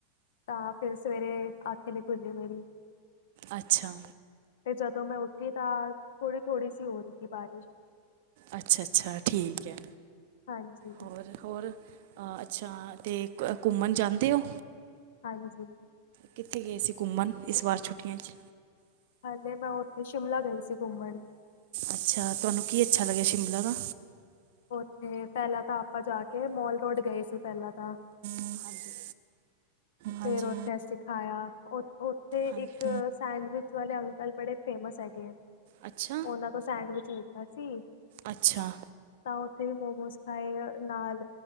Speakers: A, on the left; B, on the right.
A: ਤਾਂ ਫੇਰ ਸਵੇਰੇ ਅੱਖ ਈ ਨੀ ਖੁੱਲੀ ਮੇਰੀ
B: ਅੱਛਾ।
A: ਤੇ ਜਦੋਂ ਮੈਂ ਉੱਠੀ ਤਾਂ ਥੋੜ੍ਹੀ-ਥੋੜ੍ਹੀ ਸੀ ਹੋ ਰਹੀ ਸੀ। ਬਾਰਿਸ਼
B: ਅੱਛਾ- ਅੱਛਾ, ਠੀਕ ਹੈ।
A: ਹਾਂਜੀ,
B: ਹੋਰ- ਹੋਰ? ਅ, ਅੱਛਾ ਤੇ ਘੁੰਮਣ ਜਾਂਦੇ ਹੋ?
A: ਹਾਂਜੀ।
B: ਕਿੱਥੇ ਗਏ ਸੀ, ਘੁੰਮਣ ਇਸ ਵਾਰ ਛੁੱਟੀਆਂ ਚ?
A: ਹਾਂਜੀ, ਮੈਂ ਉੱਥੇ, ਸ਼ਿਮਲਾ ਗਈ ਸੀ, ਘੁੰਮਣ।
B: ਅੱਛਾ, ਤੁਹਾਨੂੰ ਕੀ ਅੱਛਾ, ਲੱਗਿਆ ਸ਼ਿਮਲਾ ਦਾ?
A: ਉੱਥੇ, ਪਹਿਲਾਂ ਤਾਂ ਆਪਾਂ ਜਾ ਕੇ, ਮੋਲ ਰੋਡ ਗਏ ਸੀ, ਪਹਿਲਾਂ ਤਾਂ।
B: ਹਾਂਜੀ ਹਾਂਜੀ
A: ਫੇਰ ਉੱਥੇ ਅਸੀ ਖਾਇਆ, ਉੱਥੇ
B: ਹਾਂਜੀ
A: ਇੱਕ ਸੈਂਡਵਿਚ ਵਾਲੇ ਅੰਕਲ ਬੜੇ ਫੇਮਸ ਹੈਗੇ ਹੈ,
B: ਅੱਛਾ
A: ਉਹਨਾਂ ਤੋਂ ਸੈਂਡਵਿਚ ਲਿੱਤਾ ਸੀ।
B: ਅੱਛਾ।
A: ਤਾਂ, ਉੱਥੇ ਮੋਮੋਸ ਖਾਏ, ਨਾਲ